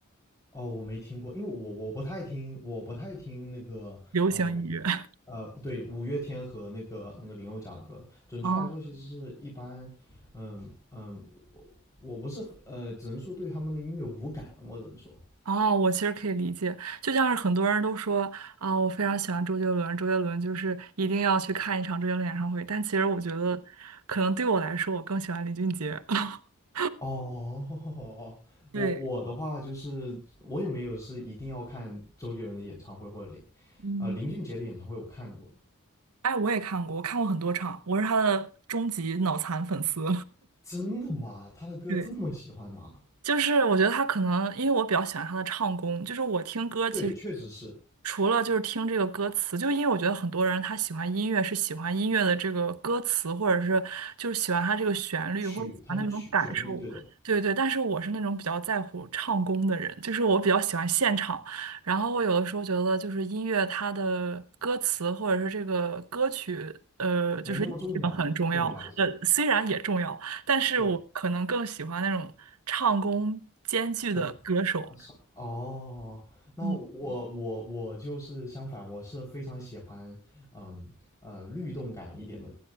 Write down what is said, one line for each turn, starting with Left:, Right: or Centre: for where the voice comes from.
Left: 哦，我没听过，因为我我不太听，我不太听那个呃五月
Right: 流行音乐。
Left: 呃对五月天和那个那个林宥嘉的歌。准确来说，
Right: <laughs>
Left: 其实是一般，嗯嗯，我我不是很呃，只能说对他们的音乐无感，我只能说。
Right: 哦，我其实可以理解，就像是很多人都说啊，我非常喜欢周杰伦，周杰伦就是一定要去看一场周杰伦演唱会。但其实我觉得，可能对我来说，我更喜欢林俊杰。<laughs>
Left: 哦，<laughs>
Right: 对，
Left: 我我的话就是我也没有是一定要看周杰伦的演唱会或者林，
Right: 嗯，
Left: 呃林俊杰的演唱会我看过，
Right: 哎，我也看过，我看过很多场，我是他的终极脑残粉丝。
Left: 真的吗？他的歌这么喜欢吗？
Right: <laughs> 对。就是我觉得他可能，因为我比较喜欢他的唱功，就是我听歌其实
Left: 对，确实是
Right: 除了就是听这个歌词，就因为我觉得很多人他喜欢音乐是喜欢音乐的这个歌词，或者是就是喜欢他这个旋律，
Left: 曲，
Right: 或者喜欢那种感受，
Left: 他的曲旋律，对的，
Right: 对对。但是我是那种比较在乎唱功的人，就是我比较喜欢现场。然后我有的时候觉得就是音乐它的歌词或者是这个歌曲，呃，就是意境很重要，
Left: 没那么重要，对你来说，
Right: 呃，虽然也重要。但是我可能更喜欢那种唱功兼具的歌手。
Left: 对。很很少。哦，那我我我就是相反，
Right: 嗯，
Left: 我是非常喜欢，嗯呃，律动感一点的